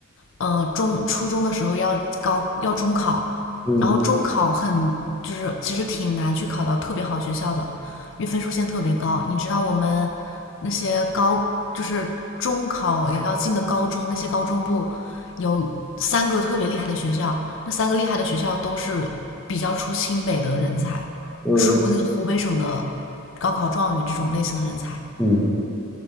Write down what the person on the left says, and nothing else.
呃，中初中的时候要高要中考，
然后中考很就是其实挺难去考到特别好学校的，因为分数线特别高。你知道我们那些高就是中考也要进的高中，那些高中部有三个特别厉害的学校。那三个厉害的学校都是比较出清北的人才，
出那个湖北省的高考状元这种类型的人才。